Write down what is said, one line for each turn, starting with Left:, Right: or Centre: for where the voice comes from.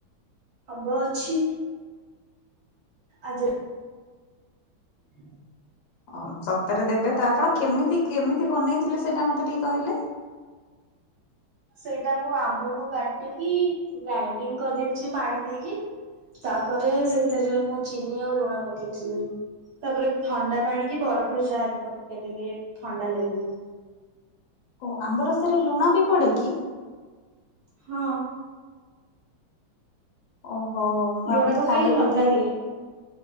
Right: ଆମ୍ବ ଅଛି। ଆଜି ହୁଁ।
Left: ହଁ ସ ରେ ଦେବେ ତ ଆପଣ କେମିତି କେମିତି? ବନେଇଥିଲେ ସେଇଟା ମତେ ଟିକେ କହିଲେ?
Right: ସେଇଟା ମୁଁ ଆ ଆକୁ କାଟିକି ଗ୍ରାଇଣ୍ଡିଙ୍ଗ କରିଦେଇଥିଲି ପାଣି ଦେଇକି ତାପରେ ସେଥିରେ ମୁଁ ଚିନି ଆଉ ଲୁଣ ପକେଇଥିଲି ତାପରେ ଥଣ୍ଡା ପାଣିକି ବରଫ ଯାହା ବି ପକେଇ ଦେଲେ ଥଣ୍ଡା ଲାଗିବ।
Left: ଓ ଆମ୍ୱ ରସରେ ଲୁଣ ବି ପଡେ କି?
Right: ହଁ।
Left: ଓହୋ ମୁଁ ଭାବିଲି
Right: ଲୁଣ ପକେଇଲେ
Left: ଖାଲି
Right: ଭଲ
Left: ବୋଧେ
Right: ଲାଗେ